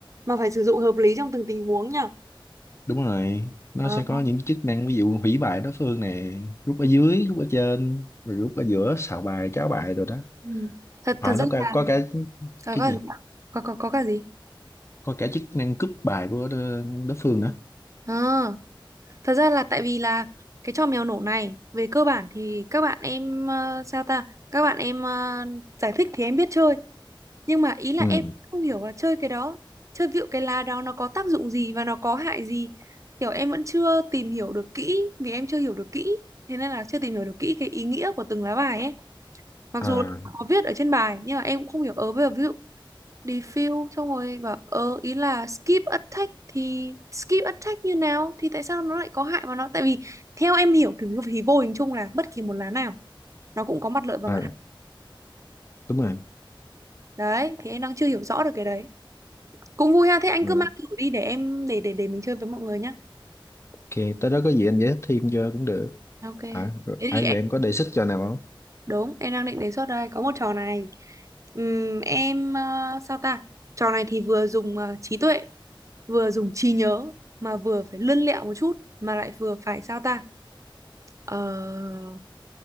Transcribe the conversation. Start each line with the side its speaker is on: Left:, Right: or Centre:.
Right: mà phải sử dụng hợp lý trong từng tình huống nhỉ.
Left: đúng rồi nó
Right: À,
Left: sẽ có những chức năng ví dụ hủy bài đối phương này rút ở dưới rút ở trên rồi rút ở giữa xào bài cháo bài rồi đó
Right: Ừ. Thật
Left: à,
Right: thật ra
Left: nó có,
Right: là
Left: có cái
Right: có
Left: cái
Right: có
Left: gì
Right: có có, có cả gì?
Left: có cả chức năng cướp bài của đối đối phương nữa
Right: À, thật ra là tại vì là cái trò mèo nổ này về cơ bản thì các bạn em ờ, sao ta? Các bạn em ờ, giải thích thì em biết chơi nhưng mà ý là
Left: ừ.
Right: em không hiểu là chơi cái đó chơi vịu cái lá đó nó có tác dụng gì và nó có hại gì kiểu em vẫn chưa tìm hiểu được kỹ vì em chưa hiểu được kỹ thế nên là chưa tìm hiểu được kỹ cái ý nghĩa của từng lá bài ấy mặc
Left: à
Right: dù là có viết ở trên bài nhưng mà em cũng không hiểu ờ bây giờ ví dụ defuse xong rồi bảo ờ ý là skip attack thì skip attack như nào thì tại sao nó lại có hại mà nó tại vì theo em hiểu thì, thì vô hình chung là bất kỳ một lá nào nó cũng có mặt lợi và
Left: ờ
Right: mặt hại
Left: đúng rồi
Right: đấy thì em đang chưa hiểu rõ được cái đấy cũng vui ha thế anh
Left: Ờ,
Right: cứ mang thử đi để em để để để mình chơi với mọi người nhá
Left: ok tới đó có gì anh giải thích thêm cho cũng được
Right: Ok.
Left: à, rồi,
Right: thế
Left: ai
Right: thì em
Left: rồi em có đề xuất cho nào không
Right: đúng em đang định đề xuất đây có một trò này Ừm, em ờ, sao ta trò này thì vừa dùng ờ, trí tuệ vừa dùng trí nhớ mà vừa phải lươn lẹo một chút mà lại vừa phải sao ta Ờ,